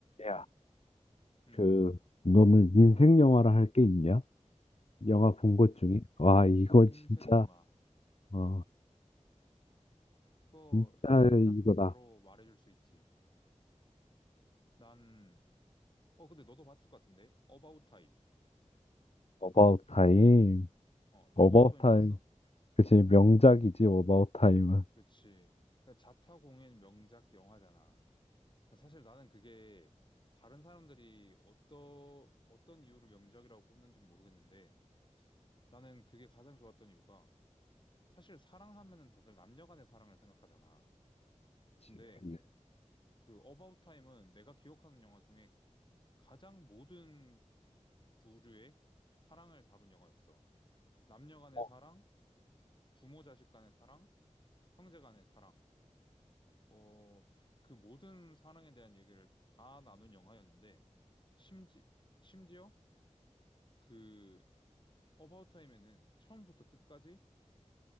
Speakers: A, on the left (about 55°); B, on the left (about 40°).
A: 야,
B: 음,
A: 그, 너는 인생 영화라 할 게 있냐? 영화 본 것 중에? 와, 이거
B: 인생
A: 진짜,
B: 영화.
A: 어,
B: 그거
A: 진짜
B: 나는 딱
A: 이거다.
B: 바로 말해줄 수 있지. 난, 어, 근데 너도 봤을 것 같은데? About Time.
A: 어바웃 타임.
B: 어, 너
A: 어바웃
B: About Time
A: 타임.
B: 봤어?
A: 그치, 명작이지, 어바웃 타임은.
B: 그치. 그러니까 자타공인 명작 영화잖아. 사실 나는 그게 다른 사람들이 어떤, 어떤 이유로 명작이라고 꼽는지 모르겠는데 나는 그게 가장 좋았던 이유가 사실 사랑하면은 다들 남녀 간의 사랑을 생각하잖아.
A: 그치.
B: 근데
A: 그치.
B: 그 About Time은 내가 기억하는 영화 중에 가장 모든 부류의 사랑을 다룬 영화였어. 남녀 간의
A: 어,
B: 사랑, 부모 자식 간의 사랑, 형제 간의 사랑. 어, 그 모든 사랑에 대한 얘기를 다 나눈 영화였는데 심지 심지어 그 어바웃 타임에는 처음부터 끝까지